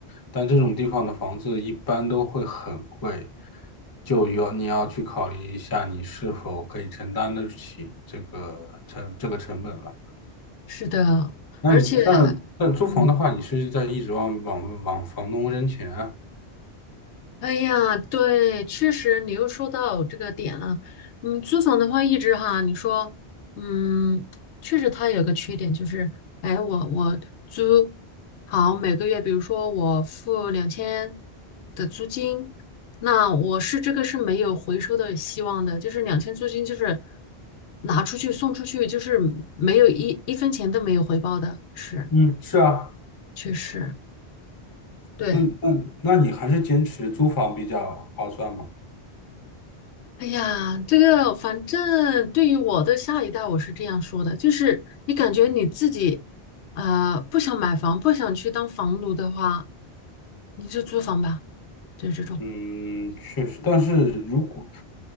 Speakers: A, on the left; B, on the left.
A: 但这种地方的房子一般都会很贵，就有你要去考虑一下你是否可以承担得起这个成这个成本了。
B: 是的，
A: 那你但但租房的话，
B: 而且，嗯，
A: 你是在一直往往往房东扔钱啊？
B: 哎呀，对，确实你又说到这个点了。嗯，租房的话，一直哈，你说，嗯，确实它有个缺点就是，哎，我我租好每个月，比如说我付两千的租金，那我是这个是没有回收的希望的，就是两千租金就是拿出去送出去，就是没有一一分钱都没有回报的，是，
A: 嗯，是啊，
B: 确实，对。
A: 那那那你还是坚持租房比较划算吗？
B: 哎呀，这个反正对于我的下一代，我是这样说的，就是你感觉你自己，呃，不想买房，不想去当房奴的话，你就租房吧，就是这种。
A: 嗯，确实，但是如果